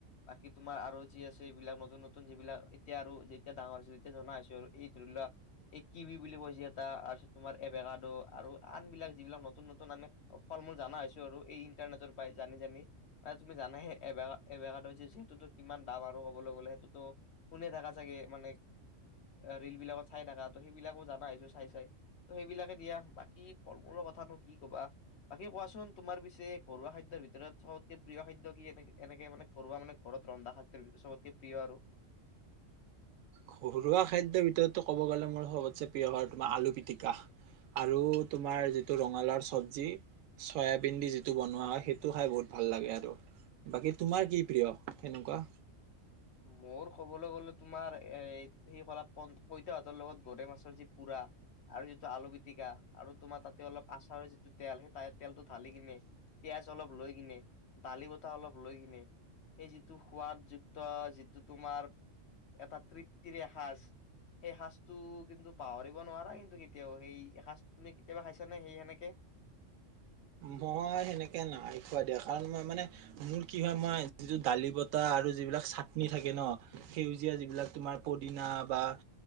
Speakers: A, on the left; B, on the right.
A: বাকী তোমাৰ আৰু যি আছে এইবিলাক নতুন, নতুন যিবিলাক এতিয়া আৰু যেতিয়া ডাঙৰ হৈছে তেতিয়া জনা হৈছে আৰু এই ধৰি লোৱা এই কিবি বুলি কয় যে এটা তাৰপিছত তোমাৰ এভেকাডো আৰু আন বিলাক যিবিলাক নতুন, নতুন আমি ফল মূল জনা হৈছো আৰু। এই ইন্টাৰনেটৰ পৰা জানি জানি। মানে তুমি জানা যে এ, অভেকেডো যিটোতো কিমান দাম আৰু কবলৈ গ'লে। সেইটোতো শুনি থকা চাগে। মানে ৰিল বিলাকত চাই থকা ত সেইবিলাকো জনা হৈছো চাই চাই। ত, সেইবিলাকে দিয়া। বাকী ফল-মূলৰ কথা কি কবা। বাকী কোৱাচোন তোমাৰ পিছে ঘৰুৱা খাদ্যৰ ভিতৰত সবতকে প্ৰিয় খাদ্য কি এনে এনেকে মানে ঘৰুৱা মানে ঘৰত ৰন্ধা খাদ্যৰ ভিতৰত চবতকে প্ৰিয় আৰু।
B: ঘৰুৱা খাদ্যৰ ভিতৰতো ক'ব গলে মোৰ সবতচে প্ৰিয় হয় তোমাৰ আলু পিতিকা। আৰু তোমাৰ যিটো ৰঙালাও চব্জি চয়াবিন দি যিটো বনোৱা হয় সেইটো খাই বহুত ভাল লাগে আৰু। বাকী তোমাৰ কি প্ৰিয় সেনেকুৱা
A: মোৰ ক'বলৈ গ'লে তোমাৰ, এ সি কলা প পইতাহঁতৰ লগত গৰৈ মাছৰ যি পোৰা আৰু যিটো আলু পিটিকা। আৰু তোমাৰ তাতে অলপ আচাৰৰ যিটো তেল সেই তেলটো ঢালি কিনে পিয়াজ অলপ লৈ কিনে দালি বটা অলপ লৈ কিনে সেই যিটো সোৱাদ যিটো তোমাৰ এটা তৃপ্তিৰে এসজ। সেই সজটো কিন্তু পাহৰিব নোৱাৰা কিন্তু কেতিয়াও সেই এসাঁজটো তুমি কেতিয়াবা খাইছ নে সেই সেনেকে?
B: মই সেনেকে নাই খুৱাই দিয়া। কাৰণ মই মানে মোৰ কি হয় মই যিটো দালি বতা আৰু যিবিলাক চাটনি থাকে ন। সেউজীয়া যিবিলাক তোমাৰ পদিনা বা অ